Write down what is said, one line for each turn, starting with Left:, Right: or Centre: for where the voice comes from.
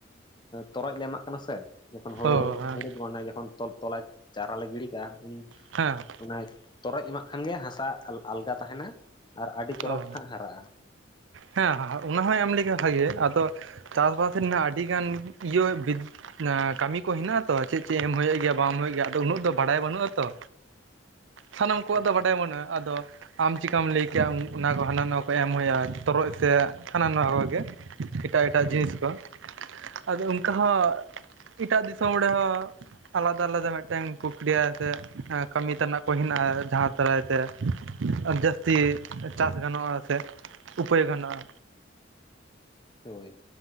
Left: ᱛᱚᱨᱚᱡ ᱞᱮ ᱮᱢᱟᱜ ᱠᱟᱱᱟ ᱥᱮ᱾ ᱡᱚᱠᱷᱚᱱ ᱦᱳᱲᱳ
Right: ᱚ ᱦᱮᱸ
Left: ᱦᱳᱲᱳ ᱫᱚ ᱵᱟᱝ ᱚᱱᱟ ᱡᱚᱠᱷᱚᱱ ᱛᱚᱞ ᱛᱚᱞᱟ ᱪᱟᱨᱟ ᱞᱮ ᱜᱤᱰᱤ ᱠᱟᱜᱼᱟ ᱩᱱ
Right: ᱦᱮᱸ᱾
Left: ᱚᱱᱟ ᱛᱚᱨᱚᱡ ᱮᱢᱟᱜ ᱠᱷᱟᱱ ᱜᱮ ᱦᱟᱸᱥᱟ ᱟᱞᱜᱟ ᱛᱟᱸᱦᱮᱱᱟ ᱟᱨ ᱟᱹᱰᱤ ᱪᱚᱨᱚᱠ
Right: ᱚ
Left: ᱦᱟᱸᱜ ᱦᱟᱨᱟᱜᱼᱟ᱾
Right: ᱦᱮᱸ ᱚᱱᱟ ᱦᱚᱸᱭ ᱮᱢ ᱞᱮᱠᱷᱟ ᱵᱷᱟᱜᱮ ᱟᱫᱚ ᱪᱟᱥᱵᱟᱥ ᱨᱮᱱᱟᱜ ᱟᱹᱰᱤᱜᱟᱱ ᱤᱭᱟᱹ <unintelligible> ᱠᱟᱹᱢᱤ ᱠᱚ ᱦᱮᱱᱟᱜ ᱟᱛᱚ ᱪᱮᱫ ᱪᱮᱫ ᱮᱢ ᱦᱳᱭᱳᱜ ᱜᱮᱭᱟ ᱵᱟᱝ ᱮᱢ ᱦᱳᱭᱳᱜ ᱜᱮᱭᱟ ᱟᱫᱚ ᱩᱱᱟᱹᱜ ᱫᱚ ᱵᱟᱲᱟᱭ ᱵᱟᱹᱱᱩᱜᱼᱟᱛᱚ᱾ ᱥᱟᱱᱟᱢ ᱠᱚᱣᱟᱜ
Left: ᱟᱪᱪᱷᱟ
Right: ᱫᱚ ᱵᱟᱰᱟᱭ ᱵᱟᱹᱱᱩᱜᱼᱟ ᱟᱫᱚ ᱟᱢ ᱪᱮᱠᱟᱢ ᱞᱟᱹᱭ <unintelligible> ᱚᱱᱟ ᱠᱚ ᱦᱟᱱᱟ ᱱᱷᱟ ᱠᱚ ᱮᱢ ᱦᱩᱭᱩᱜ-ᱟ ᱛᱚᱨᱚᱡ ᱥᱮᱫ ᱦᱟᱱᱟ ᱱᱟᱣᱟ ᱠᱚᱜᱮ ᱮᱴᱟᱜ ᱮᱴᱟᱜ
Left: ᱦᱩᱸ
Right: ᱡᱤᱱᱤᱥ ᱠᱚ᱾ ᱟᱫᱚ ᱚᱱᱠᱟ ᱦᱚᱸ ᱮᱴᱟᱜ ᱫᱤᱥᱚᱢ ᱨᱮᱦᱚᱸ᱾ ᱟᱞᱟᱫᱟ ᱟᱞᱟᱫᱟ ᱢᱤᱫᱴᱮᱱ ᱯᱚᱠᱨᱤᱭᱟ ᱥᱮ ᱠᱟᱹᱢᱤ ᱛᱮᱱᱟᱜ ᱠᱚ ᱦᱮᱱᱟᱜᱼᱟ ᱡᱟᱦᱟᱸ ᱫᱟᱨᱟᱭ ᱛᱮ ᱡᱟᱹᱥᱛᱤ ᱪᱟᱥ ᱜᱟᱱᱚᱜᱼᱟ ᱥᱮ ᱩᱯᱟᱹᱭ ᱜᱟᱱᱚᱜᱼᱟ᱾
Left: ᱦᱳᱭ